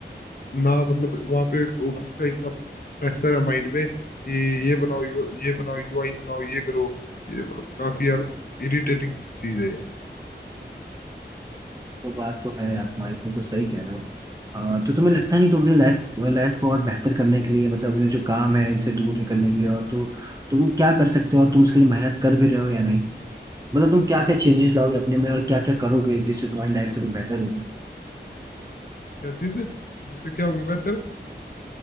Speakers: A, on the left; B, on the right.
A: ना मतलब वहाँ पे ऑफिस का इतना प्रेशर है माइंड में कि ये बनाओ यू ये बनाओ यूआई बनाओ ये करो ये मतलब काफी यार इरिटेटिंग चीज है ये।
B: तो बात तो है यार तुम्हारी तुम तो सही कह रहे हो आ, तो तुम्हें
A: हम्म
B: लगता नहीं तुम अपनी लाइफ लाइफ को और बेहतर करने के लिए मतलब ये जो काम है इनसे दूर निकलने के लिए और तो तुम क्या कर सकते हो और तुम उसके लिए मेहनत कर भी रहे हो या नहीं मतलब तुम क्या
A: हम्म,
B: क्या
A: हम्म।
B: चेंजेस लाओगे अपने में और क्या क्या करोगे जिससे तुम्हारी लाइफ थोड़ी बेहतर होगी
A: क्या चीज है जिससे क्या होगी बेहतर